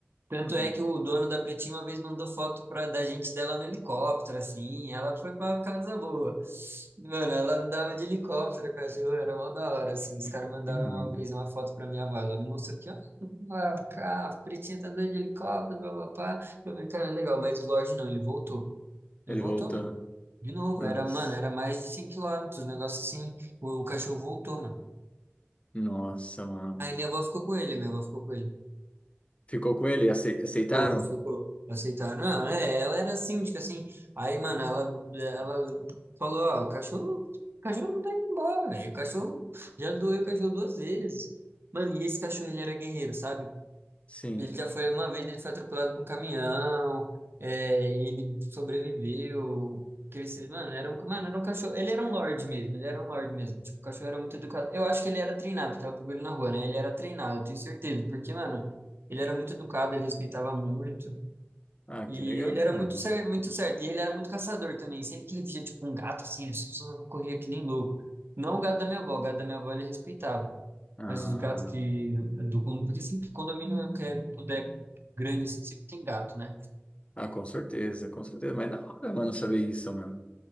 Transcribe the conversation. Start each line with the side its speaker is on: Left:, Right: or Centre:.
Right: Tanto
Left: Não,
Right: é que o dono da Pretinha uma vez mandou foto pra, da gente dela no helicóptero, assim. Ela foi pra casa boa. Mano, ela andava de helicóptero, cachorro, era mó da hora, assim. Os caras mandaram
Left: e não.
Right: uma vez uma foto pra minha avó. Ela me mostrou que, ó, a a Pretinha tá andando de helicóptero, papapá. Eu falei, cara, legal, mas o Lorde não, ele voltou. Ele
Left: Ele
Right: voltou,
Left: voltou.
Right: mano. De novo,
Left: Nossa,
Right: era, mano, era mais de 100 quilômetros, um negócio assim. O, o cachorro voltou, mano.
Left: nossa, mano.
Right: Aí minha avó ficou com ele, minha avó ficou com ele.
Left: Ficou com ele? Acei- Aceitaram?
Right: Ficou, ficou. Aceitaram. Não, é, ela era síndica, assim. Aí, mano, ela, ela falou, ó, o cachorro, o cachorro não tá indo embora, velho. O cachorro já doeu o cachorro duas vezes. Mano, e esse cachorro, ele era guerreiro, sabe?
Left: Sim.
Right: Ele já foi uma vez, ele foi atropelado por um caminhão, é, e ele sobreviveu. que ele Cresceu, mano, era um, mano, era um cachorro. Ele era um lorde mesmo, ele era um lorde mesmo. Tipo, o cachorro era muito educado. Eu acho que ele era treinado, porque ela pegou ele na rua, né? Ele era treinado, eu tenho certeza, porque, mano, ele era muito educado, ele respeitava muito.
Left: Ah,
Right: E
Left: que legal,
Right: ele era
Left: mano.
Right: muito certo, muito certo. E ele era muito caçador também. Sempre que ele via, tipo, um gato assim, ele <laughs> só- só corria que nem louco. Não o gato da minha avó, o gato da minha avó ele respeitava.
Left: Ah,
Right: Mas os gatos que do condomínio, porque sempre condomínio que é- tudo é grande assim, sempre tem gato, né?
Left: ah, com certeza, com certeza. Mas é da hora, mano, saber isso, mano.